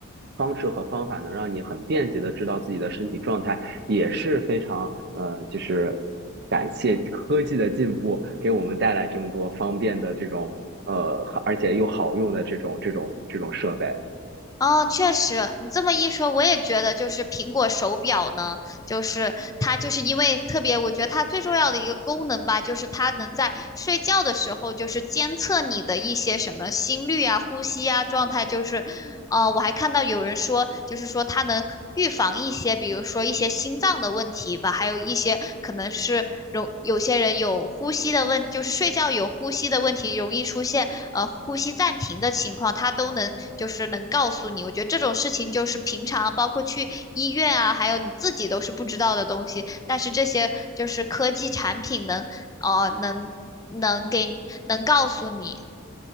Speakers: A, on the right; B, on the left.
A: 方式和方法能让你很便捷的知道自己的身体状态，也是非常呃，就是感谢科技的进步，给我们带来这么多方便的这种呃，而且又好用的这种这种这种设备。
B: 哦，确实，你这么一说，我也觉得就是苹果手表呢，就是它就是因为特别，我觉得它最重要的一个功能吧，就是它能在睡觉的时候就是监测你的一些什么心率啊、呼吸啊状态，就是，呃，我还看到有人说，就是说它能预防一些，比如说一些心脏的问题吧，还有一些可能是容有些人有呼吸的问，就是睡觉有呼吸的问题，容易出现呃呼吸暂停的情况，他都能就是能告诉你。我觉得这种事情就是平常包括去医院啊，还有你自己都是不知道的东西，但是这些就是科技产品能哦能能给能告诉你。